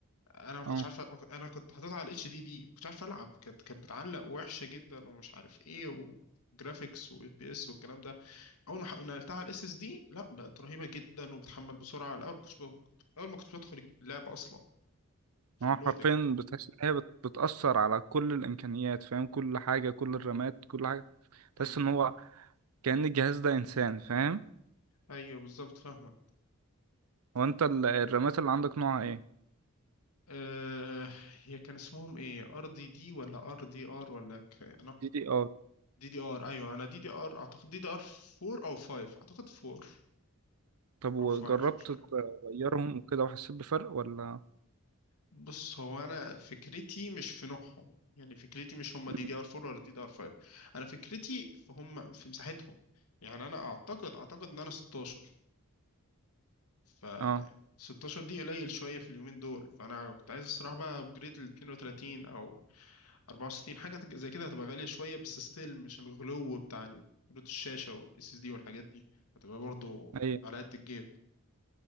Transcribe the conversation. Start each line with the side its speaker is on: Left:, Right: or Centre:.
Left: انا ما كنتش
Right: اه
Left: عارف انا كنت حاططها على الاتش دي دي ما كنتش عارف العب كانت كانت بتعلق وحشه جدا ومش عارف ايه وجرافيكس واف بي اس والكلام ده اول ما ح- نقلتها على الاس اس دي لا بقت رهيبه جدا وبتحمل بسرعه الاول ما كنتش ب- اول ما كنت بدخل اللعبه اصلا في
Right: هو
Left: اللودنج
Right: حرفيا بتحس ان هي بت- بتأثر على كل الامكانيات فاهم كل حاجة كل الرامات كل حاجة
Left: امم
Right: تحس ان هو كأن الجهاز ده انسان فاهم
Left: ايوه بالظبط فاهمك
Right: هو انت ال- الرامات اللي عندك نوعها ايه
Left: أه هي كان اسمهم ايه ار دي دي ولا ار دي ار ولا ك... انا
Right: دي دي ار
Left: دي دي ار ايوه انا دي دي ار اعتقد دي دي ار 4 او 5 اعتقد 4
Right: طب وجربت
Left: او 5 مش عارف
Right: تغيرهم وكده وحسيت بفرق ولا
Left: بص هو انا فكرتي مش في نوعهم يعني فكرتي مش هم
Right: مم.
Left: دي دي ار 4 ولا دي دي ار 5 انا فكرتي في هم في مساحتهم يعني انا اعتقد اعتقد ان انا 16 ف
Right: اه
Left: 16 دي قليل شويه في اليومين دول فانا كنت عايز الصراحه بقى ابجريد ل 32 او 64 حاجة تج- زي كده هتبقى غالية شوية بس ستيل مش الغلو بتاع كروت الشاشة والاس اس دي والحاجات دي هتبقى برضو
Right: اي
Left: على قد الجيب